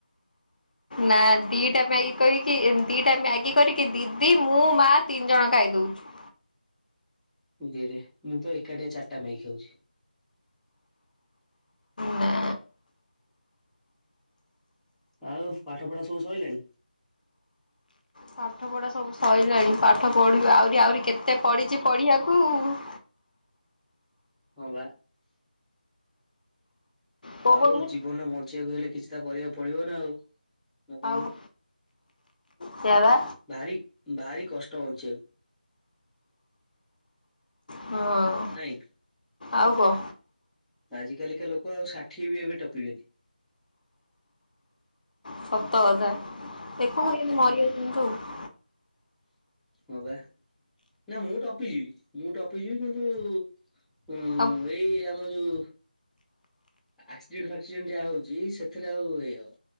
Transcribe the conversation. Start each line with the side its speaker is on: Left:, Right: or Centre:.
Left: ନାଁ ଦିଇଟା ମ୍ୟାଗି କରିକି ଦିଇଟା ଏ ମ୍ୟାଗି କରିକି ଦିଦି ମୁଁ ମା ତିନିଜଣ ଖାଇଦଉଛୁ।
Centre: ଓ ରେ ମୁଁ ତ ଏକୁଟିଆ ଚାରିଟା ମ୍ୟାଗି ଖାଉଛି।
Left: ନା
Centre: ଆଉ ପାଠପଢ ସବୁ ସଇଲାଣି?
Left: ପାଠପଢା ସବୁ ସଇଲାଣି ପାଠ ପଢିବି ଆହୁରି ଆହୁରି କେତେ ପଡିଛି ପଢିବାକୁ ଉ
Centre: ହଁ ବା
Left: କୋଉ
Centre: ଆଉ
Left: ପଢୁଛୁ
Centre: ଜୀବନ ବ ବଞ୍ଚିବାକୁ ହେଲେ କିଛି ତ କରିବାକୁ ପଡିବ ନା ଆଉ ନା କହୁନୁ?
Left: ଆଉ କ ସେୟାବା।
Centre: ଭାରି ଭାରି କଷ୍ଟ ହଉଛି ଆଉ
Left: ହଁ।
Centre: ନାଇ।
Left: ଆଉ କ।
Centre: ଆଜି କାଲିକା ଲୋକ ଆଉ ଷାଠିଏ ବି ଏବେ ଟପିବେନି?
Left: ସତ କଥା ଦେଖୁନୁ କେମିତି ମରିଯାଉଛନ୍ତି ସବୁ।
Centre: ହଁ ପା ନା ମୁଁ ଟପିଯିବି ମୁଁ ଟପିଯିବି କିନ୍ତୁ ହୁଁ
Left: ସବୁ
Centre: ଏ ଏଇ ଆମ ଯୋଉ ଆକ୍ସିଡେଣ୍ଟ ଫାକ୍ସିଡେଣ୍ଟ ଯାହା ହଉଛି ସେଥିରେ ଆଉ ହେଇ ହବ